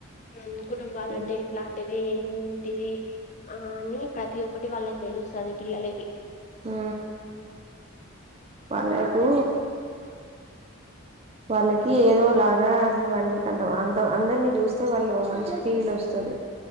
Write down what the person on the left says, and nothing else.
రెండు కుటుంబాలంటే
ఇట్లాంటిది ఇది ఆ అని ప్రతి ఒక్కటి వాళ్ళకి తెలుస్తాది పిల్లలకి